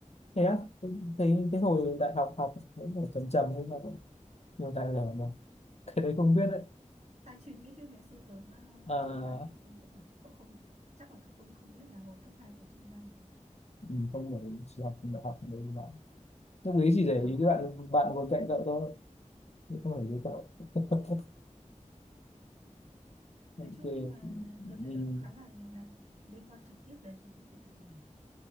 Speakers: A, on the right; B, on the left.
A: thì
B: thế á tôi thấy cái hồi đại học học vẫn phải trầm trầm nhưng mà vẫn nhiều tài liệu mà cái đấy không biết đấy
A: tài chính đấy chứ ngày xưa tớ uh,
B: à,
A: chuyên văn cậu không biết à cậu không chắc là cậu không không biết là hồi cấp 2 tớ chuyên văn
B: mình không phải chỉ học đại học đấy bạn, tâm lý chỉ
A: thì
B: để
A: đó
B: ý các bạn bạn ngồi cạnh cậu thôi chứ không phải với cậu <laughs> ok
A: nói chung là tớ thấy
B: mình
A: là khá là là liên quan trực tiếp đấy chứ không phải tài lẻ